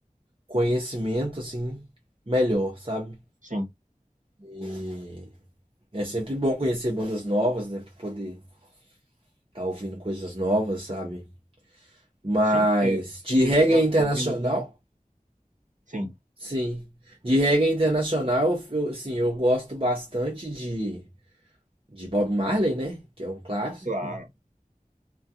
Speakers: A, on the right; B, on the right.
A: conhecimento, assim, melhor, sabe?
B: Sim.
A: E é sempre bom conhecer bandas novas, né? Pra poder estar tá ouvindo coisas novas, sabe? Mas
B: Sim, porque
A: de
B: você
A: reggae
B: fica
A: internacional,
B: ouvindo os mesmos. Sim.
A: sim. De reggae internacional, eu, sim, eu gosto bastante de, de Bob Marley, né? Que é um clássico.
B: Claro.